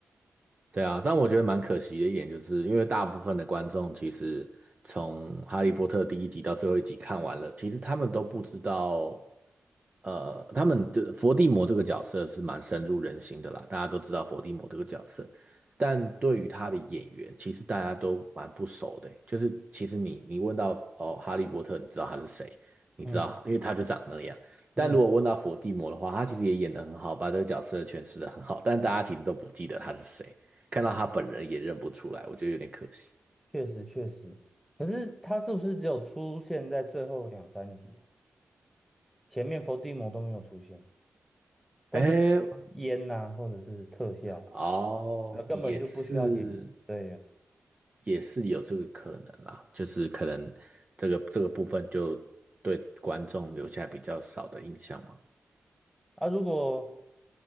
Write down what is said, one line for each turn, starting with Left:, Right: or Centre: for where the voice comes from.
Right: 对啊，但我觉得蛮可惜的一点，就是因为大部分的观众其实从《哈利波特》第一集到最后一集看完了，其实他们都不知道，呃，他们的伏地魔这个角色是蛮深入人心的啦，大家都知道伏地魔这个角色，但对于他的演员，其实大家都蛮不熟的欸就是其实你你问到哦，哈利波特，你知道他是谁？你知道，
Centre: 嗯
Right: 因为他就长那样。
Centre: 嗯，
Right: 但如果问到伏地魔的话，他其实也演的很好，把这个角色诠释的很好，但大家其实都不记得他是谁。看到他本人也认不出来，
Centre: 哦，
Right: 我觉得有点可惜。
Centre: 确实确实。可是他是不是只有出现在最后两三集啊前面伏地魔都没有出现，都是
Right: 哎，
Centre: 烟呐、或者是特效。
Right: 哦，
Centre: 那根本就不需要演员。
Right: 也是，
Centre: 对呀，
Right: 也是有这个可能啦，就是可能这个这个部分就对观众留下比较少的印象嘛。
Centre: 啊，如果